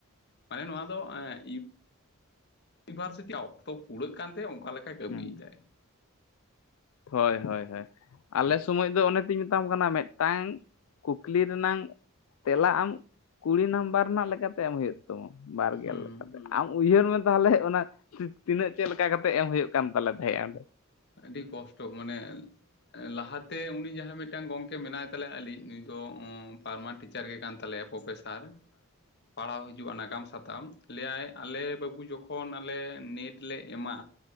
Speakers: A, on the left; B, on the left.
A: ᱢᱟᱱᱮ ᱱᱚᱣᱟ ᱫᱚ ᱮ ᱭᱩᱱᱤᱵᱷᱟᱨᱥᱤᱴᱤ ᱚᱠᱛᱚ ᱯᱩᱨᱟᱹᱜ ᱠᱟᱱ ᱛᱮ ᱚᱱᱠᱟ ᱞᱮᱠᱟᱭ ᱠᱟᱹᱢᱤ
B: ᱦᱩᱸ
A: ᱭᱮᱫᱟᱭ
B: ᱦᱳᱭ ᱦᱳᱭ ᱦᱳᱭ ᱟᱞᱮ ᱥᱳᱢᱚᱭ ᱫᱚ ᱚᱱᱮ ᱢᱮᱛᱟᱢ ᱠᱟᱱᱟ ᱢᱤᱫᱴᱟᱝ ᱠᱩᱠᱞᱤ ᱨᱮᱱᱟᱝ ᱛᱮᱞᱟ ᱟᱢ ᱠᱩᱲᱤ ᱱᱟᱢᱵᱟᱨ ᱨᱮᱱᱟᱜ ᱞᱮᱠᱟᱛᱮ ᱮᱢ ᱦᱩᱭᱩᱜ ᱛᱟᱢᱟ ᱵᱟᱨᱜᱮᱞ
A: ᱦᱮᱸ
B: ᱞᱮᱠᱟᱛᱮ ᱟᱢ ᱩᱭᱦᱟᱹᱨ ᱢᱮ ᱛᱟᱦᱚᱞᱮ ᱚᱱᱟ ᱛᱤᱱᱟᱹᱜ ᱪᱮᱫ ᱞᱮᱠᱟ ᱠᱟᱛᱮᱜ ᱮᱢ ᱦᱩᱭᱩᱜ ᱠᱟᱱ ᱛᱟᱞᱮ ᱛᱟᱦᱮᱸᱜᱼᱟ ᱚᱸᱰᱮ
A: ᱟᱹᱰᱤ ᱠᱚᱥᱴ ᱢᱟᱱᱮ ᱞᱟᱦᱟ ᱛᱮ ᱩᱱᱤ ᱡᱟᱦᱟᱸᱭ ᱢᱤᱫᱴᱟᱝ ᱜᱚᱝᱠᱮ ᱢᱮᱱᱟᱭ ᱛᱟᱞᱮᱭᱟ ᱟᱞᱮ ᱤᱡ ᱱᱩᱭ ᱫᱚ ᱯᱟᱨᱢᱟᱱᱴ ᱜᱮ ᱠᱟᱱ ᱛᱟᱞᱮᱭᱟ ᱯᱨᱚᱯᱷᱮᱥᱟᱨ ᱯᱟᱲᱦᱟᱣ ᱦᱤᱡᱩᱜᱼᱟ ᱱᱟᱜᱟᱢ ᱥᱟᱛᱟᱢ ᱞᱮᱭᱟᱭ ᱟᱞᱮ ᱵᱟᱹᱵᱩ ᱡᱚᱠᱷᱚᱱ ᱚᱠᱷᱱ ᱟᱞᱮ ᱱᱮᱴ ᱞᱮ ᱮᱢᱟ